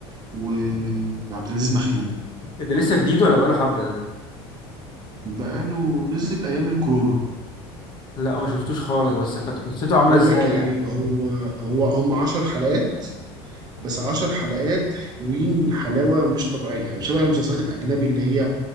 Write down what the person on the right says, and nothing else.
وعبد العزيز مخيون
بقاله نزل ايام الكورونا
بقول
لك ايه
هو هو هم 10 حلقات بس 10 حلقات حلوين حلاوه مش طبيعيه يعني شبه المسلسلات الاجنبي اللي هي